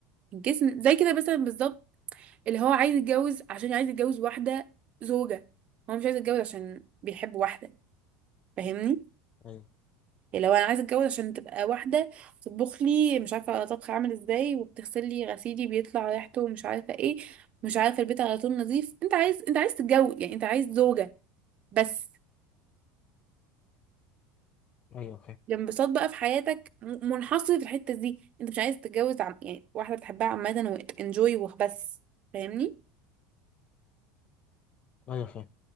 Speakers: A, on the right (about 45°); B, on the left (about 40°).
A: الجسم زي كده مثلا بالظبط اللي هو عايز يتجوز عشان عايز يتجوز واحدة زوجة هو مش عايز يتجوز عشان بيحب واحدة فاهمني
B: أيوه
A: اللي هو انا عايز اتجوز عشان تبقى واحدة تطبخ لي مش عارفة طبخ عامل ازاي وبتغسل لي غسيلي بيطلع ريحته مش عارفة ايه مش عارفة البيت على طول نظيف انت عايز انت عايز تتجوز يعني انت عايز زوجة بس
B: أيوه فاهم
A: الانبساط بقى في حياتك م- منحصر في الحتة دي انت مش عايز تتجوز عم... يعني واحدة بتحبها عامة وانجوي وبس فاهمني
B: أيوه فاهم